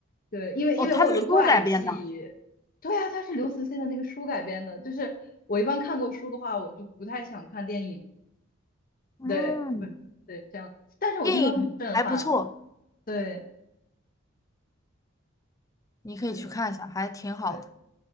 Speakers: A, on the left; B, on the left.
A: 对，因为因为我有个怪癖，
B: 哦，它是书改编的，
A: 对啊，它是刘慈欣的那个书改编的，就是我一般看过书的话，我就不太想看电影，
B: 嗯，
A: 对，对，这样，但是我听说很震撼，
B: 电影还不错，
A: 对，
B: 你可以去看一下，
A: 是。
B: 还挺好的。
A: 对。